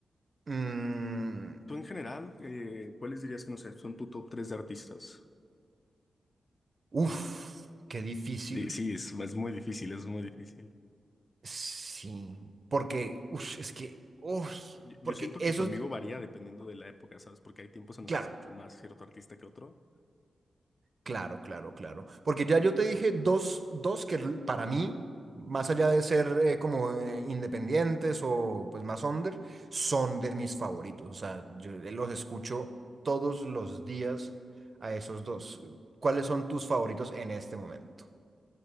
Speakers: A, on the right; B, on the left.
A: Mm,
B: Tú en general, eh, ¿cuáles dirías que no sé, son tu top 3 de artistas?
A: uf, qué difícil.
B: Di- Sí, es, es muy difícil, es muy difícil.
A: Sí, porque, uff, es que, uff,
B: Yo yo
A: porque
B: siento
A: eso
B: que conmigo
A: es,
B: varía dependiendo de la época, ¿sabes? Porque hay tiempos en los
A: claro,
B: que escucho más cierto artista que otro.
A: claro, claro, claro. Porque ya yo te dije dos, dos que l- para mí, más allá de ser eh, como eh, independientes o pues más under, son de mis favoritos. O sea, yo los escucho todos los días a esos dos. ¿Cuáles son tus favoritos en este momento?